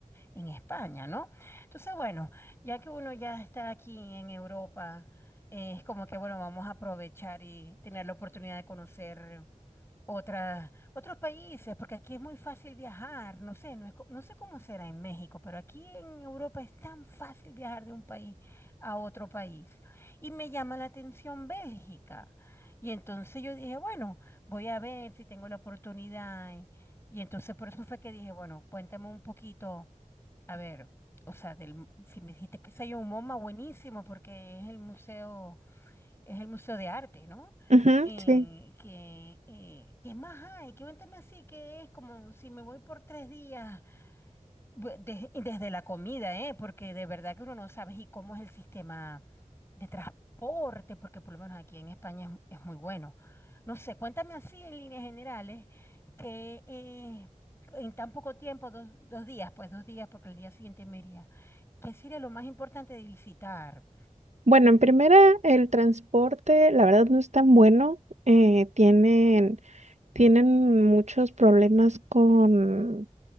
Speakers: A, on the left; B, on the right.
A: en España, ¿no? Entonces, bueno, ya que uno ya está aquí en Europa, eh, es como que, bueno, vamos a aprovechar y tener la oportunidad de conocer otra, otros países, porque aquí es muy fácil viajar, no sé, no es co- no sé cómo será en México, pero aquí en Europa es tan fácil viajar de un país a otro país. Y me llama la atención Bélgica. Y entonces yo dije, bueno, voy a ver si tengo la oportunidad. Y, y entonces por eso fue que dije, bueno, cuéntame un poquito, a ver, o sea, del, si me dijiste que se un MoMA, buenísimo, porque es el museo es el Museo de Arte, ¿no?
B: Ujú,
A: Eh,
B: sí.
A: que, eh, ¿qué más hay? Cuéntame así, que es como si me voy por tres días, Bu- de- y desde la comida, ¿eh? Porque de verdad que uno no sabe y cómo es el sistema de transporte, porque por lo menos aquí en España es, es muy bueno. No sé, cuéntame así en líneas generales, que eh, en tan poco tiempo, dos, dos días, pues dos días, porque el día siguiente me iría, ¿qué sería lo más importante de visitar?
B: Bueno, en primera, el transporte, la verdad no es tan bueno. eh, tienen tienen muchos problemas con,